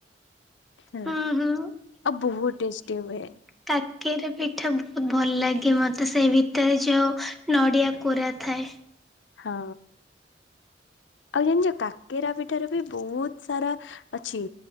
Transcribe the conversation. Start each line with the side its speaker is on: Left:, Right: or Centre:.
Left: ହେଲା,
Centre: ହୁଁ ହୁଁ
Left: ଆଉ ବହୁତ ଟେଷ୍ଟି ହୁଏ।
Centre: କାକେରା ପିଠା ବହୁତ ଭଲ ଲାଗେ ମତେ ସେଇ ଭିତରେ ଯୋଉ ନଡ଼ିଆ କୋରା ଥାଏ।
Left: ହଁ। ଆଉ ଜାଣିଛ କାକେରା ପିଠାର ବି ବହୁତ ସାରା ଅଛି।